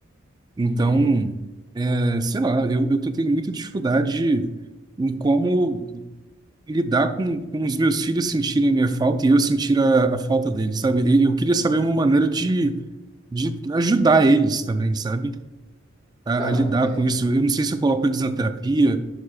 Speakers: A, on the right; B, on the left.
A: Então.
B: Entendi.
A: É, Sei lá, eu, eu tô tendo muita dificuldade em como lidar com, com os meus filhos sentirem a minha falta e eu sentir a, a falta deles, sabe? E Eu queria saber uma maneira de, de ajudar eles também, sabe? A,
B: Tá,
A: a lidar
B: é,
A: com isso. Eu não sei se eu coloco eles na terapia,